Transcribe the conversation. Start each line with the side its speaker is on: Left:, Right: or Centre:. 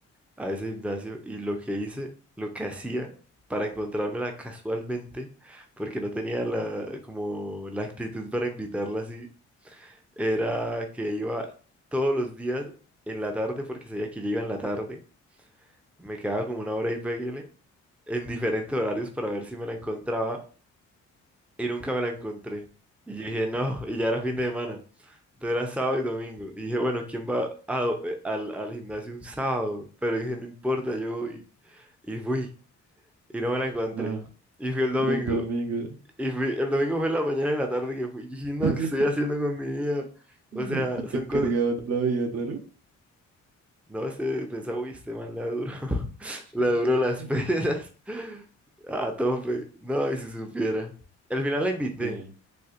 Centre: a ese gimnasio y lo que hice, lo que hacía para encontrármela casualmente, porque no tenía la, como la actitud para invitarla así era que iba todos los días en la tarde, porque sabía que llega en la tarde, me quedaba como una hora y péguele, en diferentes horarios para ver si me la encontraba, y nunca me la encontré. Y yo dije, no, y ya era fin de semana. Entonces era sábado y domingo. Y dije, bueno, ¿quién va a- eh, al, al gimnasio un sábado? Pero dije, no importa, yo voy. Y fui, y no me la encontré.
Right: Ah,
Centre: Y fui el domingo.
Right: y el domingo,
Centre: Y fui, el domingo fue en la mañana y en la tarde que fui. Y dije, no,
Right: <laughs>
Centre: ¿qué estoy haciendo con mi vida?
Right: el
Centre: O sea, son
Right: encargado
Centre: cosas,
Right: no lo veía raro.
Centre: No se pensaba, uy, este man la duro, <laughs>
Right: <laughs>
Centre: la duro las <laughs> peras. A tope. No, y si supiera. Al final la invité,
Right: ¿Qué?